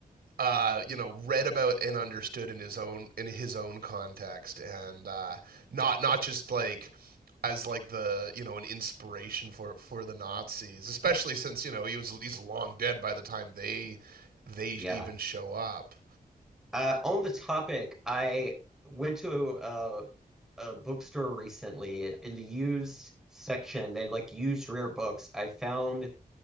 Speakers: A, on the right (about 80°); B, in the centre.
A: uh, you know, read about and understood in his own in his own context, and uh, not not just like as like the you know an inspiration for for the Nazis, especially since you know he was he's long dead by the time they they
B: Yeah.
A: even show up.
B: Uh, on the topic, I went to a, a bookstore recently in the used section. They had, like used rare books. I found